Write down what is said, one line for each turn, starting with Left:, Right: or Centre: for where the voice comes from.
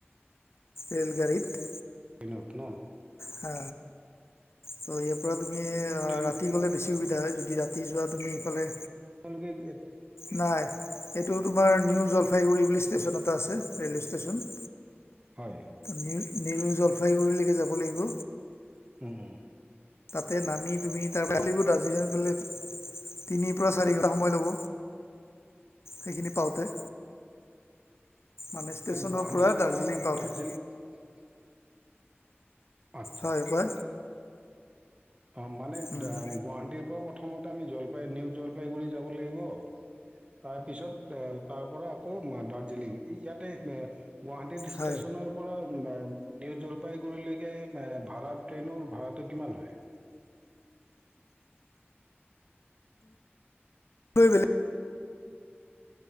Left: ৰেলগাড়ীত।
Right: ট্ৰেইনত ন'?
Left: হ। ত' ইয়াৰপৰা তুমি
Right: ট্ৰেইন
Left: ৰাতি গ'লে বেছি সুবিধা হয় যদি ৰাতি যোৱা তুমি সেইফালে
Right: তোমালোকে এড
Left: নাই এইটো তোমাৰ নিউ জলপাইগুৰি বুলি ষ্টেচন এটা আছে ৰে'ল ষ্টেচন।
Right: হয়।
Left: নে-নেৰু জলপাইগুৰিলৈকে যাব লাগিব।
Right: উম, হুম।
Left: তাতে নামি তুমি তাৰপৰা দাৰ্জিলিং গ'লে এই তিনিৰপৰা চাৰি ঘণ্টা সময় ল'ব সেইখিনি পাওঁতে। মানে ষ্টেচনৰপৰা
Right: গুৱাহাটীৰ পৰা
Left: দাৰ্জিলিং পাওঁতে।
Right: <unintelligible> আচ্ছা
Left: হয়
Right: আচ্ছা
Left: কোৱা
Right: আচ্ছা। অ' মানে
Left: উম
Right: গুৱাহাটীৰপৰা প্ৰথমতে আমি জলপাই নিউ জলপাইগুৰি যাব লাগিব। তাৰপিছত এ, তাৰপৰা আকৌ দাৰ্জিলিং ইয়াতে গুৱাহাটীৰ ষ্টেচনৰ
Left: হয়
Right: পৰা নিউ জলপাইগুৰিলৈকে এ, ভাড়া ট্ৰেইনৰ ভাড়াটো কিমান হয়?
Left: তই বোলে